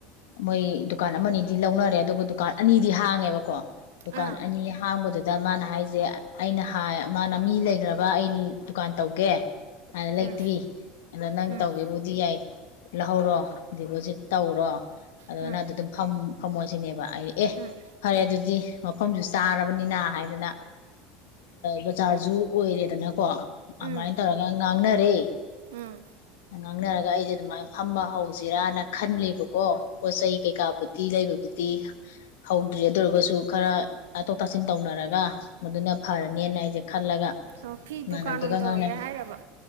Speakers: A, on the left; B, on the right.
A: ꯃꯣꯏ ꯗꯨꯀꯥꯟ ꯑꯃꯅꯤꯗꯤ ꯂꯧꯅꯔꯦ ꯑꯗꯨꯒ ꯗꯨꯀꯥꯟ ꯑꯅꯤꯗꯤ ꯍꯥꯡꯉꯦꯕꯀꯣ ꯗꯨꯀꯥꯟ
B: ꯑꯥ
A: ꯑꯅꯤ ꯍꯥꯡꯕꯗꯨꯗ ꯃꯥꯅ ꯍꯥꯏꯁꯦ ꯑꯩꯅ ꯃꯥꯅ ꯃꯤ ꯂꯩꯈ꯭ꯔꯕ ꯑꯩ ꯗꯨꯀꯥꯟ ꯇꯧꯒꯦ
B: ꯎꯝ
A: ꯠꯇ꯭ꯔꯤ ꯑꯗ ꯅꯪ
B: ꯎꯝ
A: ꯇꯧꯒꯦꯕꯨꯗꯤ ꯌꯥꯏ ꯂꯧꯍꯧꯔꯣ ꯗꯤꯄꯣꯖꯤꯠ ꯇꯧꯔꯣ ꯑꯗꯨꯅ
B: ꯎꯝ
A: ꯑꯗꯨ ꯑꯗꯨꯝ ꯐꯝꯃꯣꯁꯤꯅꯦꯕ ꯑꯩ ꯑꯦ
B: ꯎꯝ
A: ꯐꯔꯦ ꯑꯗꯨꯗꯤ ꯃꯐꯝꯁꯨ ꯆꯥꯔꯕꯅꯤꯅ ꯍꯥꯏꯗꯅ ꯕꯖꯥꯔꯁꯨ ꯑꯣꯏꯔꯦꯗꯅꯀꯣ
B: ꯎꯝ
A: ꯑꯗꯨꯃꯥꯏꯅ ꯇꯧꯔꯒ ꯉꯥꯡꯅꯔꯦ
B: ꯎꯝ
A: ꯉꯥꯡꯅꯔꯒ ꯑꯩꯗꯤ ꯑꯗꯨꯃꯥꯏꯅ ꯐꯝꯕ ꯍꯧꯁꯤꯔꯥꯅ ꯈꯟꯜꯂꯤꯕꯀꯣ ꯄꯣꯠ ꯆꯩ ꯀꯩꯀꯥꯕꯨꯗꯤ ꯂꯩꯕꯕꯨꯗꯤ ꯍꯧꯗ꯭ꯔꯤ ꯑꯗꯨ ꯑꯣꯏꯔꯒꯁꯨ ꯈꯔ ꯇꯥꯊꯣꯛ ꯇꯥꯁꯤꯟ ꯇꯧꯅꯔꯒ ꯃꯗꯨꯅ ꯐꯔꯅꯦꯅ ꯑꯩꯁꯦ ꯈꯜꯂꯒ
B: ꯑꯣ ꯐꯤ
A: ꯏꯃꯥꯟꯅꯕꯗꯨꯒ
B: ꯗꯨꯀꯥꯟ ꯑꯣꯏꯅ ꯇꯧꯔꯒꯦ
A: ꯉꯥꯡꯅꯔꯦ
B: ꯍꯥꯏꯔꯕ